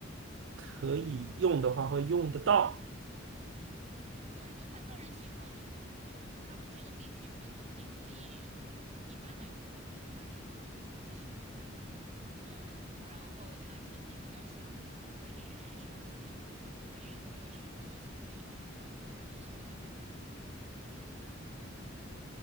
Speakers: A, on the right; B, on the right.
A: 可以用的话会用得到，
B: 对，就看个人喜好你，就它不是一个必需品，就你可以。一般来说，我觉得大家都都会喜欢买，嗯，然后它体积比较小，可以连手机。有人运动的时候喜欢用，但不是必须的。